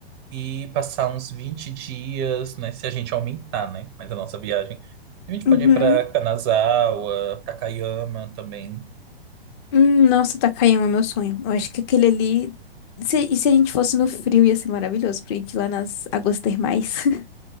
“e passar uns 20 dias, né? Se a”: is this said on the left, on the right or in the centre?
Right